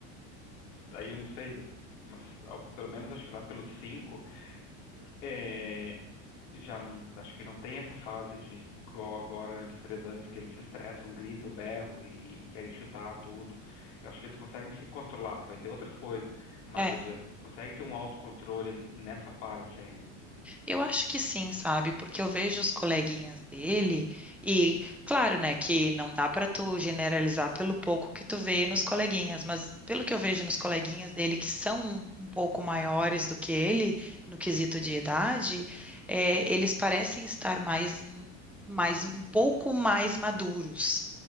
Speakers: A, on the left; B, in the centre.
A: aí eu não sei, mas ao- pelo menos acho que lá pelos cinco, é, já não acho que não tem essa fase de igual agora, né, dos três anos que eles se estressam, gritam, berram e querem chutar tudo. Eu acho que eles conseguem se controlar, vai ter outras coisas, mas
B: É.
A: eles já conseguem ter um autocontrole nessa parte aí, né?
B: Eu acho que sim, sabe? Porque eu vejo os coleguinhas dele e, claro, né, que não dá para tu generalizar pelo pouco que tu vê nos coleguinhas, mas pelo que eu vejo nos coleguinhas dele que são um pouco maiores do que ele no quesito de idade, é, eles parecem estar mais, mais um pouco mais maduros.